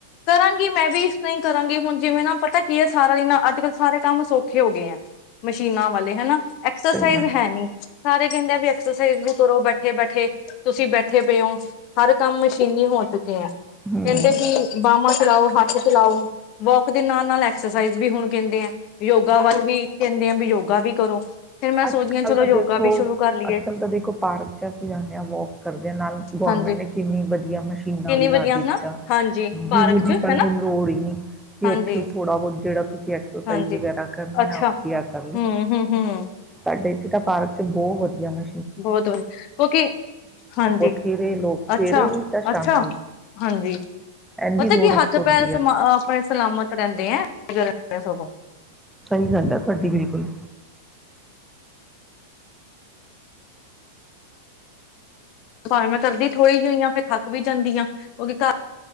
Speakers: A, on the left (about 45°); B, in the centre.
A: ਕਰਾਂਗੀ ਮੈਂ ਵੀ ਇਸ ਤਰ੍ਹਾਂ ਹੀ ਕਰਾਂਗੀ ਹੁਣ ਜਿਵੇਂ ਨਾ ਪਤਾ ਕੀ ਹੈ ਸਾਰਾ ਇਹਨਾ ਅੱਜ ਕੱਲ ਸਾਰੇ ਤਾਂ ਸੌਖੇ ਹੋ ਗਏ ਆ ਮਸ਼ੀਨਾਂ ਵਾਲੇ ਹਨਾ ਐਕਸਰਸਾਈਜ਼
B: ਸਹੀ ਗੱਲ
A: ਹੈ ਨੀ ਸਾਰੇ ਕਹਿੰਦੇ ਆ ਵੀ ਅਕਸਰ ਕਰੋ ਬੈਠੇ ਬੈਠੇ ਤੁਸੀਂ ਬੈਠੇ ਪਏ ਹੋ ਹਰ ਕੰਮ ਮਸ਼ੀਨੀ ਹੋ ਚੁੱਕੇ
B: ਕਰਦੇ
A: ਆ
B: ਹਮ
A: ਕਹਿੰਦੇ ਵੀ ਬਾਹਾਹਾਂ ਚਲਾਾਓ ਹੱਥ ਚਲਾਓ ਵੋਕ ਦੇ ਨਾਲ ਉਹ ਨਾਲ ਐਕਸਰਸਾਈਜ਼ ਵੀੁਣ ਕਹਿੰਦੇ ਆ ਯੋਗਾ ਵੱਲ ਵੀ ਕਹਿੰਦੇ ਆ ਵੀ ਯੋਗਾ ਵੀ ਕਰੋ ਫਿਰ ਮੈਂ
B: ਅੱਜ
A: ਸੋਚਦੀ
B: ਕਲ
A: ਹਾਂ ਚਲੋ
B: ਤਾਂ
A: ਯੋਗਾ
B: ਦੇਖੋ
A: ਵੀ ਸ਼ੁਰੂ ਕਰ ਲਈਏ
B: ਅੱਜ ਕਲ ਤਾਂ ਦੇਖੋ ਪਾਰਕ ਚ ਅਸੀਂ ਜਾਂਦੇ ਹਾਂ ਵੋਕ ਕਰਦੇ ਹਾਂ ਨਾਲ ਗਰਮੈਂਟ
A: ਹਾਂਜੀ
B: ਨੇ ਕਿੰਨੀ ਵਧੀਆ ਮਸ਼ੀਨਾਂ
A: ਕਿੰਨੀ
B: ਵੀ
A: ਵਧੀਆ
B: ਲਾ ਦਿੱਆਂ
A: ਹਨਾ ਹਾਂਜੀ ਪਾਰਕ
B: ਜਿੰਮ
A: ਚ
B: ਦੀ ਸਾਨੂੰ
A: ਹਨਾ
B: ਲੋੜ ਨਹੀਂ ਕਿ
A: ਹਾਂਜੀ
B: ਉੱਥੇ ਥੋੜਾ ਬਹੁਤ ਜਿਹੜਾ ਤੁਸੀਂ ਐਕਸਸਾਈਜ਼
A: ਹਾਂਜੀ
B: ਵਗੈਰਾ ਕਰਨੀ
A: ਅੱਛਾ
B: ਆ ਕਰ ਲੋ
A: ਹੂੰ ਹੂੰ ਹੂੰ
B: ਸਾਡੇ ਇੱਥੇ ਤਾਂ ਪਾਰਕ ਚ ਬਹੁਤ ਵਧੀਆ ਮ
A: ਬਹੁਤ ਬਤ ਕਿਉਕਿ ਹਾਂਜੀ
B: ਬਥੇਰੇ ਲੋਕ
A: ਅੱਛਾ
B: ਸਵੇਰੇ ਵੀ ਤਾਂ ਸ਼ਾਮੀ
A: ਅੱਛਾ
B: ਵੀ
A: ਹਾਂਜੀ
B: ਐਨੀ
A: ਪਤਾ
B: ਰੌਣਕ
A: ਕੀ ਹੱਥ
B: ਹੁੰਦੀ
A: ਪੈਰ ਸਮ
B: ਹੈ
A: ਆਪਣੇ ਸਲਾਮਤ ਰਹਿੰਦੇ ਹੈ ਸਗੋਂ
B: ਸਹੀ ਗੱਲ ਹੈ ਤੁਹਾਡੀ ਬਿਲਕੁਲ
A: ਭਾਵੇਂ ਮੈਂ ਕਰਦੀ ਥੋੜ੍ਹੀ ਜਿਹੀ ਹਾਂ ਫਿਰ ਥੱਕ ਵੀ ਜਾਂਦੀ ਹਾਂ ਕਿਉਂਕਿ ਘਰ